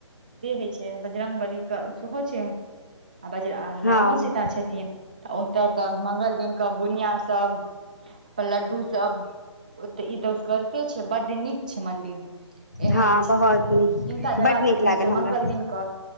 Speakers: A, on the right; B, on the left.
A: से होइ छै बरंगबली क सेहो छै आ बज
B: हँ
A: रामो सीता छथिन तऽ ओतय तऽ मंगल दिन बुनिया सभ पर लड्डू सब तऽ ई तऽ उस गरिते छै बड नीक छै मंदिर एहनि
B: हँ बहुत नीक
A: <inaudible> जिनका जबाक
B: बड नीक
A: होते
B: लागल
A: से
B: हमरा
A: मंगल दिन क